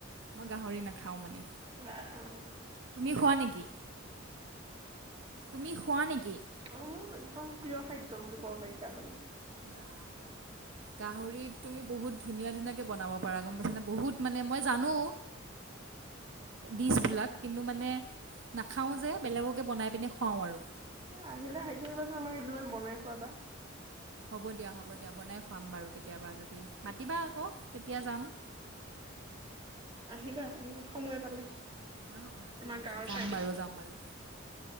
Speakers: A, on the right; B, on the right.
A: মই গাহৰি নাখাও মানে।
B: অ', অ'।
A: তুমি খোৱা নেকি? তুমি খোৱা নেকি
B: অঁ মোৰ একদম প্ৰিয় খাদ্য! বুলি ক'ব পাৰি গাহৰি।
A: বা গাহৰিত তুমি বহুত ধুনীয়া ধুনীয়াকে বনাব পাৰা গম পাইছানে বহুত মানে মই জানো। ডিচ
B: উম,
A: বিলাক কিন্তু মানে নাখাঁও যে, বেলেগকে বনাই পিনে খুৱাওঁ আৰু
B: এ আহিলে হেৰি কৰিবাচোন আমাৰ কেইদিনমান বনাই খোৱাবা
A: হ'ব দিয়া হ'ব দিয়া বনাই খাম বাৰু কেতিয়াবা যদি মাতিবা আকৌ তেতিয়া যাম
B: আহিবা, আহিবা সময় পালে
A: অ অ ঠিক
B: আমাৰ
A: আছে
B: গাঁৱৰ
A: যাম
B: চাইডে
A: বাৰু যাম বাৰু